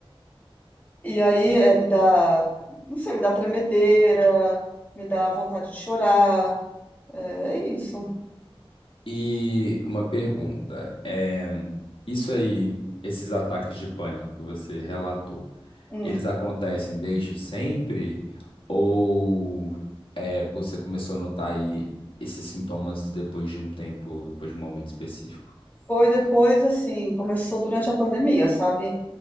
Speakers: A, on the left; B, on the left.
A: E aí é, me dá, não sei, me dá tremedeira, me dá vontade de chorar. É, é isso.
B: E uma pergunta: é, isso aí, esses ataques de pânico que você relatou.
A: Hum.
B: Eles acontecem desde sempre? Ou é, você começou a notar aí esses sintomas depois de um tempo, depois de um momento específico?
A: Foi depois, assim, começou durante a pandemia, sabe?